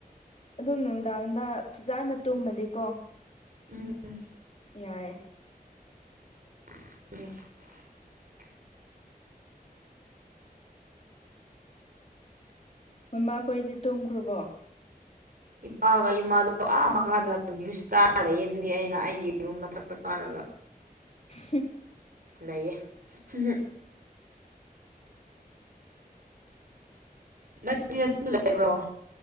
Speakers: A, on the left; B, on the right.
A: ꯑꯗꯨꯝ ꯅꯨꯡ ꯅꯨꯡꯗꯥꯡꯗ ꯐꯖꯅ ꯇꯨꯝꯃꯗꯤꯀꯣ
B: ꯎꯝ
A: ꯌꯥꯏꯑꯦ
B: <inaudible>
A: ꯃꯃꯥꯈꯣꯏꯗꯤ ꯇꯨꯝꯈ꯭ꯔꯕꯣ
B: ꯏꯄꯥꯒ ꯏꯃꯥꯗꯣ ꯑꯥ ꯃꯈꯥꯗ ꯅꯤꯌꯨꯁ ꯇꯥꯔꯤꯑꯦ ꯑꯗꯨꯒꯤ ꯑꯩꯅ ꯑꯩꯒꯤ ꯌꯨꯝ ꯃꯊꯛꯇ ꯀꯥꯔꯒ
A: ꯍꯨ
B: ꯂꯩꯌꯦ ꯍꯨ ꯍꯨ ꯅꯪꯇꯦ ꯑꯗꯨꯗ ꯂꯩꯕ꯭ꯔꯣ